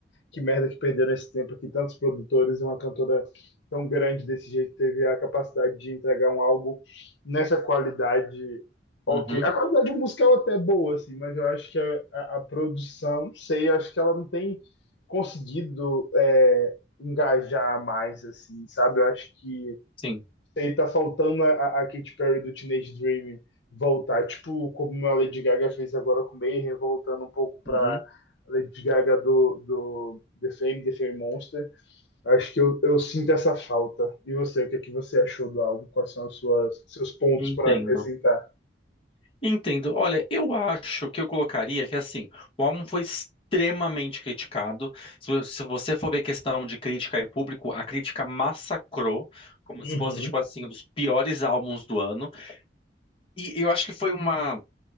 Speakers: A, on the left (about 80°); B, on the left (about 30°).
A: que merda que perderam esse tempo que tantos produtores e uma cantora tão grande desse jeito teve a capacidade de entregar um álbum nessa qualidade ok.
B: uhum,
A: A qualidade musical até é boa, assim, mas eu acho que a, a- a produção, não sei, eu acho que ela não tem conseguido é, engajar mais, assim, sabe? Eu acho que
B: sim,
A: aí tá faltando a, a Katy Perry do Teenage Dream voltar, tipo como a Lady Gaga fez agora com Mayhem, voltando um pouco pra
B: uhum,
A: Lady Gaga do, do The Fame, The Fame Monster. Acho que eu, eu sinto essa falta. E você, o que, é que você achou do álbum? Quais são os seus pontos
B: entendo.
A: para acrescentar?
B: Entendo. Olha, eu acho que eu colocaria que assim, o álbum foi extremamente criticado. Se, vo- se você for ver questão de crítica e público, a crítica massacrou, como
A: Uhum,
B: se fosse tipo assim, um dos piores álbuns do ano. E eu acho que foi uma